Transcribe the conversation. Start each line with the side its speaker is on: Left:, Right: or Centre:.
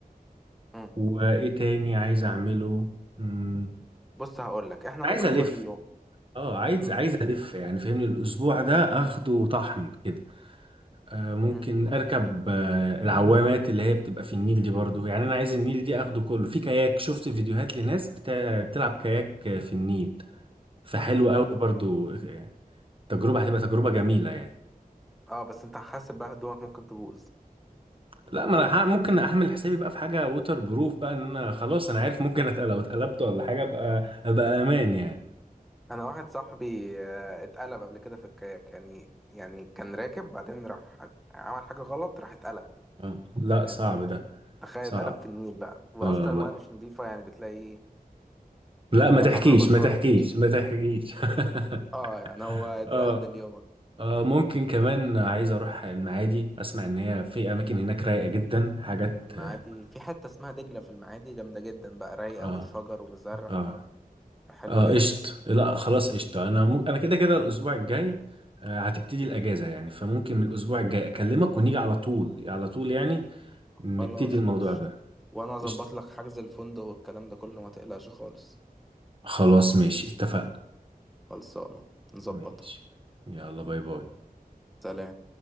Centre: مم.
Right: وايه تاني عايز اعمله مم،
Centre: بص هقول لك إحنا
Right: عايز
Centre: ممكن
Right: الف
Centre: كل يوم
Right: اه عايز
Centre: مم.
Right: عايز الف يعني فهمني الاسبوع ده اخده طحن كده آه، ممكن
Centre: مم.
Right: اركب آه، العوامات اللي هي بتبقى في النيل دي برضو يعني انا عايز النيل دي اخده كله في كاياك شفت فيديوهات لناس بتا- بتلعب كاياك آه، في النيل فحلو
Centre: مم.
Right: قوي برضو آه، تجربة هتبقى تجربة جميلة يعني
Centre: أه بس أنت حاسب بقى هدومك ممكن تبوظ
Right: لا ما انا ه- ممكن اعمل حسابي بقى في حاجة ووتر بروف بقى ان انا خلاص انا عارف ممكن أتقل- لو اتقلبت ولا حاجة ابقى ابقى امان يعني
Centre: أنا واحد صاحبي آه، اتقلب قبل كده في الكاياك يعني يعني كان راكب بعدين راح عمل حاجة غلط راح اتقلب
Right: آه، لا
Centre: يعني
Right: صعب ده
Centre: تخيل
Right: صعب
Centre: اتقلب في النيل بقى وأصلا
Right: اه لا
Centre: المايه مش نضيفة يعني بتلاقي
Right: لا
Centre: مطربة
Right: ما تحكيش
Centre: شوية
Right: ما تحكيش ما تحكيش <laughs>
Centre: اه يعني هو اتبهدل
Right: اه
Centre: يومه
Right: آه ممكن كمان عايز اروح المعادي اسمع ان هي في اماكن هناك رايقه جدا حاجات
Centre: المعادي
Right: اه
Centre: في حتة اسمها دجلة في المعادي جامدة جدا بقى رايقة
Right: اه
Centre: وشجر وزرع
Right: اه
Centre: حلوة
Right: آه،
Centre: جدا
Right: قشط لا خلاص قشط انا م... انا كده كده الاسبوع الجاي آه هتبتدي الاجازه يعني فممكن من الاسبوع الجاي اكلمك ونيجي على طول على طول يعني نبتدي
Centre: خلاص
Right: الموضوع
Centre: ماشي
Right: ده
Centre: وانا اظبط
Right: قشط
Centre: لك حجز الفندق والكلام ده كله ما تقلقش خالص
Right: خلاص ماشي اتفقنا
Centre: خلصانة نظبطها
Right: ماشي يلا باي باي
Centre: سلام